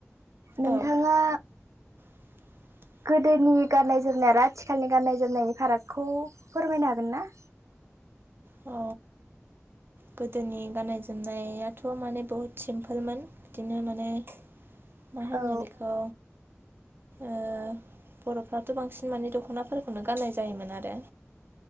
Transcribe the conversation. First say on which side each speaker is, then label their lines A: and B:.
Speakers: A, on the right (about 85°); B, on the right (about 45°).
A: नोंथाङा
B: औ <unintelligible>
A: गोदोनि गाननाय जोमनाय आरो आथिखालनि गाननाय जोमनायनि फारागखौ फोरमायनो हागोन ना?
B: अ गोदोनि गाननाय जोमनायाथ' माने बुहुत सिमपोलमोन बिदिनो माने मा होनो
A: औ
B: बेखौ ओ बर'फ्राथ' बांसिन माने दख'नाफोरखौनो गाननाय जायोमोन आरो